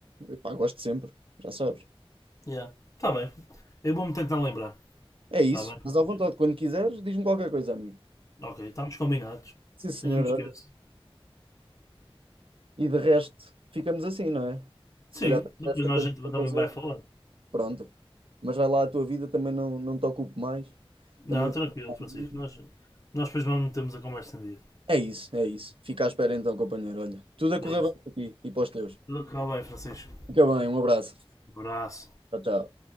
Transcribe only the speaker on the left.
Yeah. Tá bem. Eu vou-me tentar lembrar.
Tá bem, Francisco.
Ok, estamos combinados.
Eu não me esqueço.
Sim,
depois
nós
a gente
também
vai falar.
Não,
tranquilo,
Francisco.
Nós, nós depois vamos metemos a conversa em dia.
É isso.
Tudo correu bem, Francisco.
Abraço.